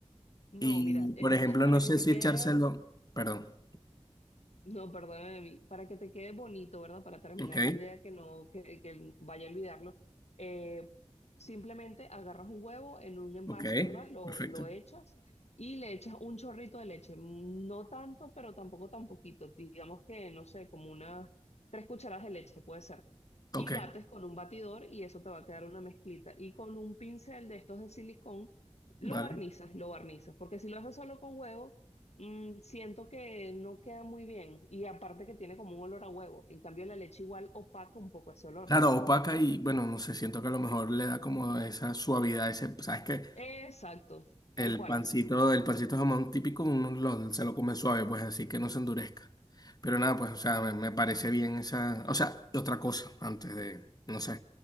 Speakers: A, on the left; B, on the left.
A: No,
B: Y,
A: mira, el
B: por ejemplo,
A: te- para
B: no sé
A: que te
B: si
A: quede,
B: echárselo. Perdón.
A: no, perdóname a mí, para que te quede bonito, ¿verdad? Para terminar
B: Ok,
A: la idea que no, que, que vaya a olvidarlo, eh, simplemente agarras un huevo en un envase,
B: ok,
A: ¿verdad? Lo,
B: perfecto.
A: lo echas y le echas un chorrito de leche, mm, no tanto, pero tampoco tan poquito, digamos que, no sé, como unas tres cucharadas de leche puede ser.
B: Ok,
A: Y bates con un batidor y eso te va a quedar una mezclita. Y con un pincel de estos de silicón, lo
B: vale.
A: barnizas, lo barnizas, porque si lo haces solo con huevo, Mm, siento que no queda muy bien y aparte que tiene como un olor a huevo. En cambio, la leche igual opaca un poco ese olor.
B: Claro, opaca y bueno, no sé, siento que a lo mejor le da como esa suavidad, ese, ¿sabes qué?
A: Exacto, tal
B: El
A: cual
B: pancito,
A: así.
B: el pancito de jamón típico, uno lo- se lo come suave, pues así que no se endurezca. Pero nada, pues, o sea, me, me parece bien esa. O sea, y otra cosa, antes de, no sé,